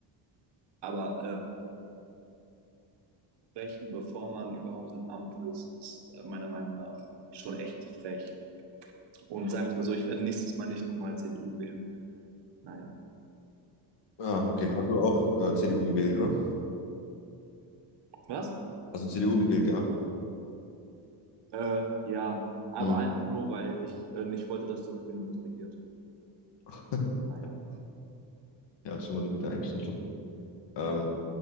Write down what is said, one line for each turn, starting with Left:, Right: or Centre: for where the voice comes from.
Right: Aber äh, brechen, bevor man überhaupt im Amt ist, ist äh, meiner Meinung nach schon echt frech. Und sagen wir es mal so, ich werde nächstes Mal nicht nochmal CDU wählen. Naja.
Left: Ah, okay. Hast du auch äh, CDU gewählt, oder?
Right: Was?
Left: Hast du CDU gewählt gehabt?
Right: Äh, ja, aber
Left: Mhm.
Right: einfach nur, weil ich äh, nicht wollte, dass die Grüne mitregiert.
Left: <laughs>
Right: Naja.
Left: Ja, schon mal eine gute Einstellung. Ähm,